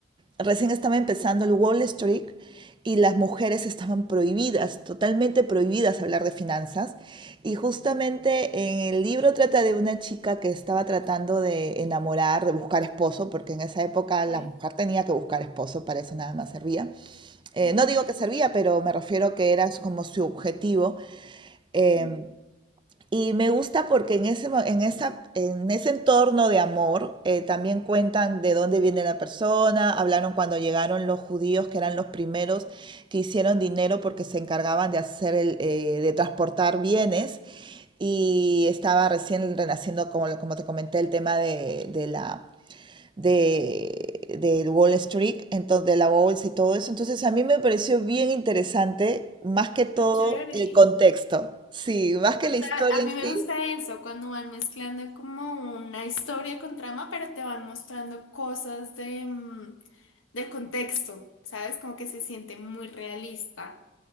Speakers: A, on the right; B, on the left.
A: recién estaba empezando el Wall Street y las mujeres estaban prohibidas, totalmente prohibidas hablar de finanzas. Y justamente en el libro trata de una chica que estaba tratando de enamorar, de buscar esposo, porque en esa época la
B: ok.
A: mujer tenía que buscar esposo, para eso nada más servía. Eh,
B: Ujú,
A: no digo que servía, pero me refiero que era como su objetivo. eh,
B: ujú.
A: y me gusta porque en ese, en esa, en ese entorno de amor eh, también cuentan de dónde viene la persona, hablaron cuando llegaron los judíos, que eran los primeros que hicieron dinero porque se encargaban de hacer el, eh, de transportar bienes. Y estaba recién renaciendo, como, como te comenté, el tema de, de la de, de Wall Street, entonces, de la bolsa y todo eso. Entonces a mí me pareció bien interesante, más que todo
B: Está chévere.
A: el contexto. Sí, más que
B: Total,
A: la historia
B: a mí
A: en sí.
B: me gusta eso, cuando van mezclando como una historia con trama, pero te van mostrando cosas de... mm, del contexto, ¿sabes? Como que se siente muy realista.